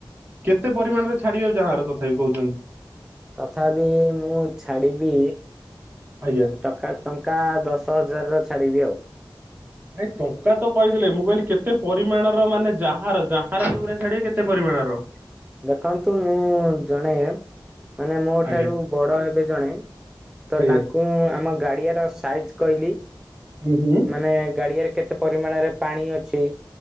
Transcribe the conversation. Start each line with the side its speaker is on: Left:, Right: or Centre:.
Right: କେତେ ପରିମାଣରେ ଛାଡିବେ ଯାହାର ତଥାପି କହୁଚନ୍ତି?
Centre: ତଥାପି ମୁଁ ଛାଡିବି
Right: ଆଜ୍ଞା
Centre: ଟକା ଟଙ୍କା ଦଶ ହଜାରର ଛାଡିବି ଆଉ।
Right: ଏ ଟଙ୍କା ତ କହିଦେଲେ ମୁଁ କହିଲି କେତେ ପରିମାଣର ମାନେ ଯାହାର ଯାହାର ଯଉ ଗୁରାକ ଛାଡିବେ କେତେ ପରି ରିମାଣର
Centre: ଦେଖନ୍ତୁ ମୁଁ ଜଣେ ମାନେ ମୋ
Right: ଆଜ୍ଞା
Centre: ଠାରୁ ବଡ ହେବେ ଜଣେ ତ
Right: ଆଜ୍ଞା
Centre: ତାଙ୍କୁ ଆମ ଗାଡିଆର ସାଇଜ କହିଲି,
Right: ହୁଁ ହୁଁ
Centre: ମାନେ ଗାଡିଆରେ କେତେ ପରିମାଣରେ ପାଣି ଅଛି